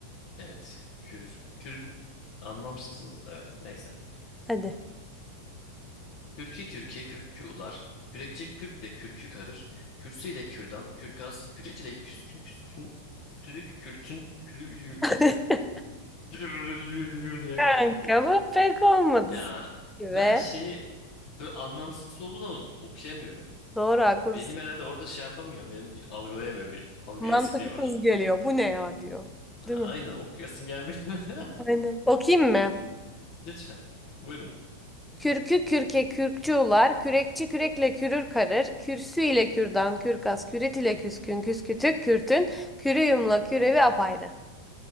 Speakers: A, on the left; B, in the centre.
A: Evet. Kür. Kür. Anlamsız. Evet. Neyse.
B: Hadi.
A: Kürkü kürke kürkçü ular, kürekçi kürkle kürkü karır, kürsü ile kürdan, kürkas, kürit ile küskün küskün, türük kürtün, kürüyü,
B: <laughs>
A: kürüyü <laughs> diye
B: Kanka
A: kaldım ya.
B: bu pek olmadı
A: Ya
B: sanki
A: ben
B: ve
A: şeyi böyle anlamsız olduğu zaman okuyamıyorum.
B: doğru haklısın.
A: Benim herhalde orada şey yapamıyor, benim algılayamıyor bir algı
B: Mantıksız
A: eksikliği var.
B: geliyor. Bu ne ya diyor.
A: Ha,
B: Değil mi?
A: Aynen okuyasım gelmiyor. <laughs>
B: Aynen. Okuyayım mı?
A: Lütfen buyurun.
B: Kürkü kürke kürkçü ular, kürekçi kürekle kürür karır, kürsü ile kürdan, kürkas, kürit ile küskün, küskütük, kürtün, kürüyümla kürevi apayrı.